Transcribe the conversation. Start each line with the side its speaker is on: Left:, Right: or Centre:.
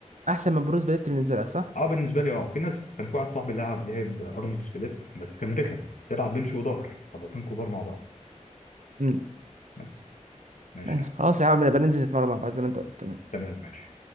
Right: احسن من بروس بليت بالنسبه لك صح
Left: أه بالنسبة لي أه في ناس كان في واحد صاحبي لعب لعب أرنولد سبليت بس كان رخم تلعب بنش وظهر عضلتين كبار مع بعض
Right: امم
Left: بس ماشي
Right: ماشي
Left: يا عم
Right: خلاص يا عم نبقى ننزل نتمرن مع بعض زي ما انت قلت تمام
Left: تمام ماشي